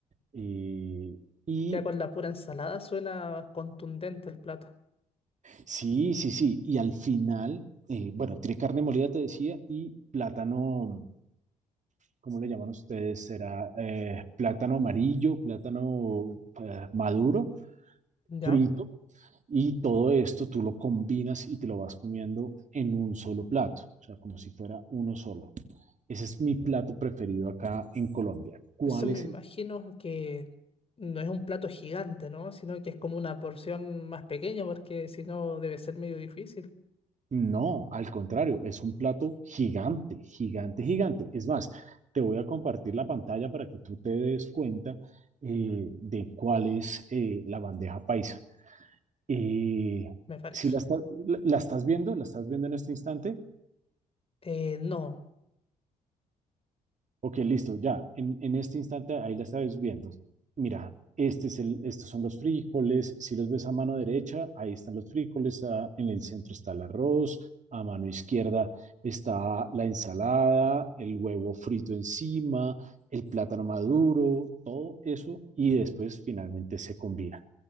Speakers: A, on the right; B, on the left.
A: eh, y
B: ya con la pura ensalada suena contundente el plato.
A: Sí, sí, sí. Y al final, eh, bueno, tiene carne molida, te decía, y plátano, ¿cómo le llaman ustedes? Será eh, plátano amarillo, plátano eh, maduro,
B: ¿Ya?
A: frito. Y todo esto tú lo combinas y te lo vas comiendo en un solo plato, o sea, como si fuera uno solo. Ese es mi plato preferido acá en Colombia. ¿Cuál
B: Eso me
A: es
B: imagino que no es un plato gigante, ¿no? Sino que es como una porción más pequeña porque si no debe ser medio difícil,
A: No, al contrario, es un plato gigante, gigante, gigante. Es más, te voy a compartir la pantalla para que tú te des cuenta eh, de cuál es eh, la bandeja paisa. Eh,
B: me parece.
A: si la, está- la la estás viendo, la estás viendo en este instante.
B: Eh, no.
A: Ok, listo, ya. En, en este instante ahí la estás viendo. Mira, este es el, estos son los frijoles. Si los ves a mano derecha, ahí están los frijoles. ah, en el centro está el arroz. A mano izquierda está la ensalada, el huevo frito encima, el plátano maduro, todo eso. Y después finalmente se combina.